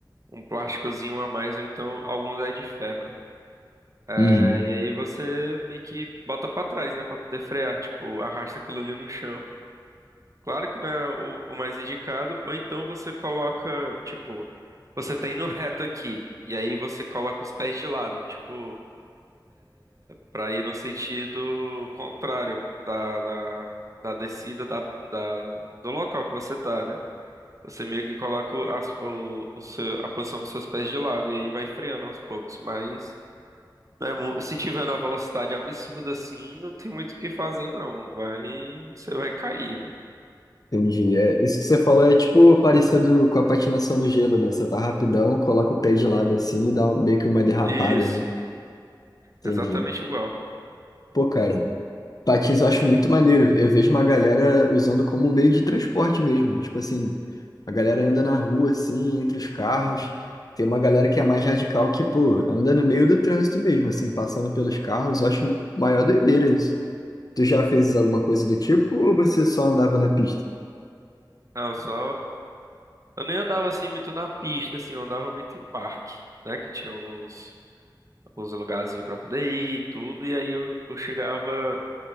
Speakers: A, on the right; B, on the left.
A: um plásticozinho a mais, ou então alguns é de ferro, né?
B: Uhum.
A: É, e aí você meio que bota pra trás, né, Pra poder frear, tipo, arrasta aquilo ali no chão. Claro que não é o, o mais indicado, ou então você coloca, tipo, você tá indo reto aqui, e aí você coloca os pés de lado, tipo, pra ir no sentido contrário da, da, da descida da, da- do local que você tá, né? Você meio que coloca o, as- o, o seu- a posição dos seus pés de lado, e aí vai freando aos poucos, mas. Não é mu- se tiver numa velocidade absurda assim, não tem muito o que fazer, não. Vai, você vai cair, né?
B: Entendi. É, isso que você falou é tipo parecido com a patinação no gelo, né? Você tá rapidão, coloca o pé de lado assim e dá um- meio que uma derrapada,
A: Isso,
B: né? Entendi.
A: exatamente igual.
B: Pô, cara. Patins eu acho muito maneiro. Eu vejo uma galera usando como meio de transporte mesmo. Tipo assim, a galera anda na rua, assim, entre os carros. Tem uma galera que é mais radical que, pô, anda no meio do trânsito mesmo, assim, passando pelos carros. Eu acho maior doideira isso. Tu já fez alguma coisa do tipo ou você só andava na pista?
A: Não, só. Eu nem andava assim muito na pista, assim, eu andava muito em parque, né? Que tinha alguns, alguns lugarzinhos pra poder ir e tudo, e aí eu, eu chegava